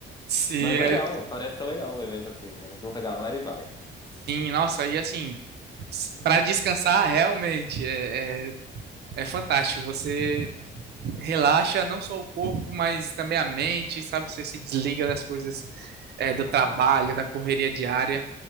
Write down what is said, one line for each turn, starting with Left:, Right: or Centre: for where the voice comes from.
Right: se
Left: Mas legal,
Right: é
Left: parece ser legal um evento assim. né, Junta a galera e vai.
Right: sim, nossa, e assim, para descansar realmente é, é, é fantástico. Você relaxa não só o corpo, mas também a mente, sabe? Você se desliga das coisas, é, do trabalho,
Left: Aham,
Right: da correria diária.